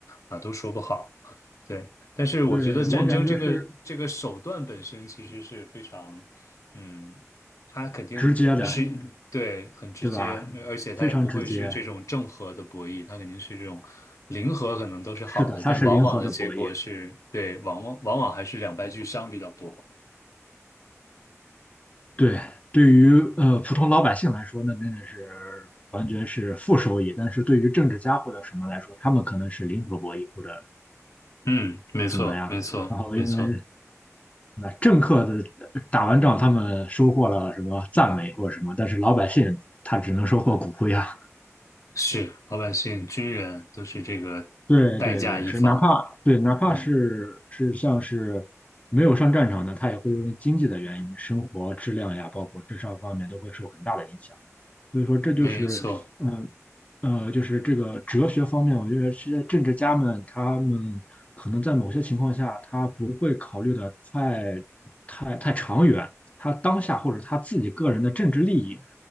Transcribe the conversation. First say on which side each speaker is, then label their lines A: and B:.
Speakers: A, on the left; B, on the left.
A: 啊，都说不好。对，但是我觉得战争这个这个手段本身其实是非常，
B: 对，我感觉是
A: 嗯，它肯定是对很直接，
B: 直接的，对吧？
A: 而且它也不会是这种正和的博弈，
B: 非常直接。
A: 它肯定是这种零和，可能都是好的，
B: 是的，它是零和的博弈。
A: 但往往的结果是，对，往往往往还是两败俱伤比较多。
B: 对，对于呃普通老百姓来说，那真的是完全是负收益。但是对于政治家或者什么来说，他们可能是零和博弈或者
A: 嗯，没错，
B: 怎么样。
A: 没错，
B: 然后因为
A: 没错，
B: 那政客的打完仗，他们收获了什么赞美或者什么，但是老百姓他只能收获骨灰啊。
A: 是老百姓、军人都是这个
B: 对对对，
A: 代价一方。
B: 是哪怕对哪怕是是像是没有上战场的，
A: 嗯，
B: 他也会因为经济的原因、生活质量呀，包括智商方面都会受很大的影响。所以说，这就是嗯
A: 没错，
B: 呃，就是这个哲学方面，我觉得这些政治家们他们可能在某些情况下，他不会考虑的太太太长远，他当下或者他自己个人的政治利益，